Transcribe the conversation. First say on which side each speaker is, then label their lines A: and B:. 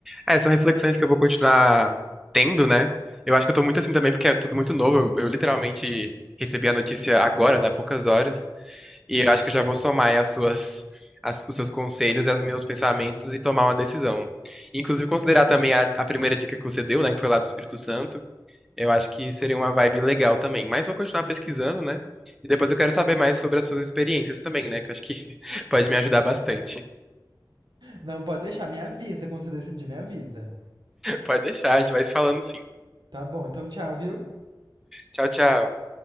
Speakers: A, in the centre; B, on the right (about 65°).
A: É, são reflexões que eu vou continuar tendo, né? Eu acho que eu tô muito assim também, porque é tudo muito novo. Eu, eu literalmente recebi a notícia agora, né? Há poucas horas. E eu acho que eu já vou somar aí as suas, as- os seus conselhos e os meus pensamentos e tomar uma decisão. Inclusive, considerar também a, a primeira dica que você deu, né? Que foi lá do Espírito Santo. Eu acho que seria uma vibe legal também. Mas vou continuar pesquisando, né? E depois eu quero saber mais sobre as suas experiências também, né? Que eu acho que <laughs> pode me ajudar bastante.
B: Não, pode deixar, me avisa quando você decidir, me avisa.
A: Pode deixar, a gente vai se falando sim.
B: Tá bom, então tchau, viu?
A: Tchau, tchau.